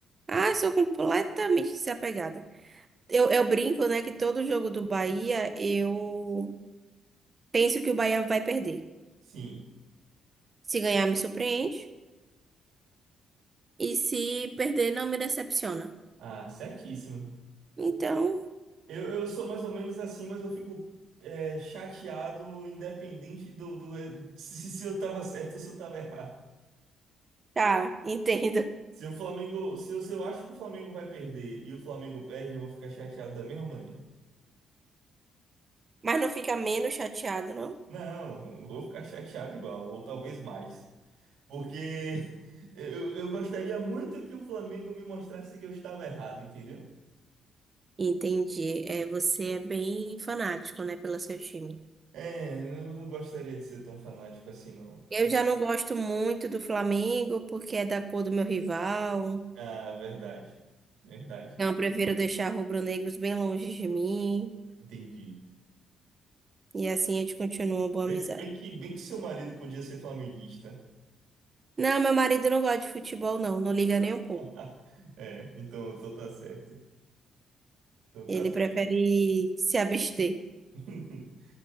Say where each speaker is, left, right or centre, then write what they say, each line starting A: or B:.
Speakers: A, on the right; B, on the right.
A: Ah, eu sou completamente desapegada. Eu, eu brinco, né, que todo jogo do Bahia eu penso que o Bahia vai perder.
B: Sim,
A: Se ganhar, me surpreende. E se perder, não me decepciona.
B: ah, certíssimo.
A: Então,
B: Eu, eu sou mais ou menos assim, mas eu fico é, chateado, independente do, do é, se, se eu tava certo ou se eu tava errado.
A: tá, <laughs> entendo.
B: Se o Flamengo, se eu, se eu acho que o Flamengo vai perder e o Flamengo perde, eu vou ficar chateado da mesma maneira.
A: Mas não fica menos chateado, não?
B: Não, vou ficar chateado igual, ou talvez mais. Porque <laughs> eu, eu gostaria muito que o Flamengo me mostrasse que eu estava errado, entendeu?
A: Entendi. É, você é bem fanático, né, pelo seu time.
B: É, eu não gostaria de ser tão fanático assim, não.
A: Eu
B: Sim.
A: já não gosto muito do Flamengo, porque é da cor do meu rival.
B: Ah, verdade. Verdade.
A: Então, eu prefiro deixar rubro-negros bem longe de mim.
B: Entendi.
A: E assim a gente continua uma boa
B: Bem,
A: amizade.
B: bem que, bem que seu marido podia ser flamenguista.
A: Não, meu marido não gosta de futebol, não. Não liga nem um pouco.
B: <laughs> É, então, então tá certo. Então tá
A: Ele
B: certo.
A: prefere se abster.
B: <laughs>